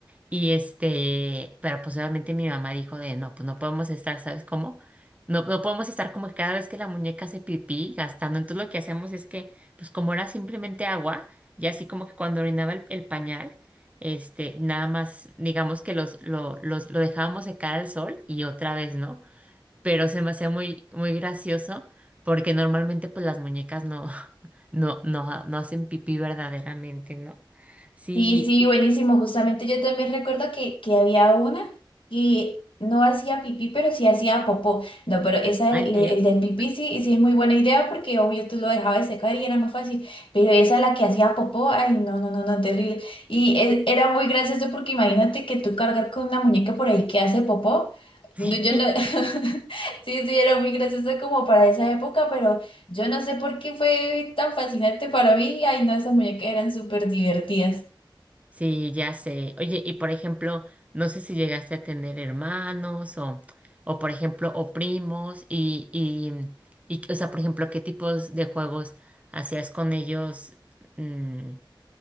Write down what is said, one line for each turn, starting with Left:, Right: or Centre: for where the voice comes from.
Right: Y este, pero pues obviamente mi mamá dijo de, no, pues no podemos estar, ¿sabes cómo? No, no podemos estar como que cada vez que la muñeca hace pipí gastando. Entonces lo que hacemos es que, pues como era simplemente agua, y así como que cuando orinaba el, el pañal, este, nada más, digamos que los, lo, los, lo dejábamos secar al sol y otra vez, ¿no? pero se me hacía muy, muy gracioso porque normalmente pues las muñecas no, <laughs> no, no, no hacen pipí verdaderamente, ¿no? Sí.
Left: Sí, sí, buenísimo. Justamente yo también recuerdo que, que había una que no hacía pipí, pero sí hacía popó. No, pero esa, el,
Right: Ah, ¿en serio?
Left: el del
Right: <laughs>
Left: pipí sí, sí es muy buena idea porque obvio tú lo dejabas de secar y era más fácil. Pero esa, la que hacía popó, ay, no, no, no, no, terrible. Y e- era muy gracioso porque imagínate que tú cargar con una muñeca por ahí que hace popó.
Right: Sí.
Left: No, Yo no, <laughs> sí, sí, era muy gracioso como para esa época, pero yo no sé por qué fue tan fascinante para mí. Ay, no, esas muñecas eran súper divertidas.
Right: Sí, ya sé. Oye, y por ejemplo, no sé si llegaste a tener hermanos o, o por ejemplo, o primos y, y, y, o sea, por ejemplo, ¿qué tipos de juegos hacías con ellos? Mm,